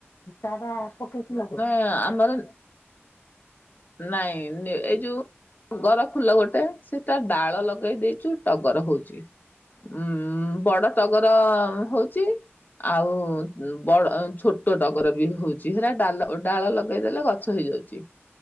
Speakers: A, on the left; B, on the left.
A: ଚାରା ପକେଇକି ଲଗଉଚି।
B: ହଁ ଆମର ନାଇଁ ଏଇ ଯୋଉ ଟଗର ଫୁଲ ଗୋଟେ ସେ ଟା ଡାଳ ଲଗେଇ ଦେଇଛୁ, ଟଗର ହଉଛି। ଉଁ-ଉଁ ବଡ ଟଗର ହଉଚି। ଆଉ ବଡ ଛୋଟ ଟଗର ବି ହଉଛି। ହେରା ଡାଲ ଡାଳ ଲଗେଇଦେଲେ ଗଛ ଛ ହେଇଯାଉଛି।